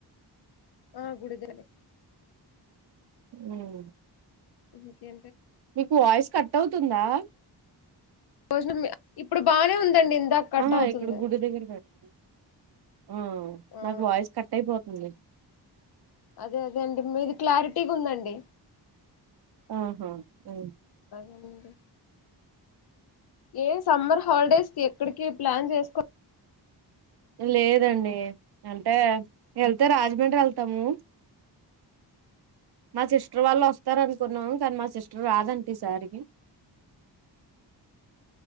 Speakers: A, on the left; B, on the right.
A: ఆ గుడిగన్నే
B: ఉం
A: ఇంకె
B: మీకు వాయిస్ కట్ అవుతుందా
A: భోజనం ఇప్పుడు బానే ఉందండి ఇందాక కట్
B: ఆహా
A: అవుతుంది
B: ఇక్కడ గుడి దగ్గర పెట్ ఆ
A: ఆ
B: నాకు వాయిస్ కట్ అయిపో తుంది
A: అదే అదే అండి మీది క్లారిటీగుందండి
B: ఆహా ఉ
A: నండి ఏ సమ్మర్ హాలిడేస్కి ఎక్కడికి ప్లాన్ చేసుకో
B: లేదండి అంటే వెళ్తే రాజమండ్రి వెళ్తాము మా సిస్టర్ వాళ్ళు వస్తారు అనుకున్నాము కానీ మా సిస్టర్ రాదంట ఈసారికి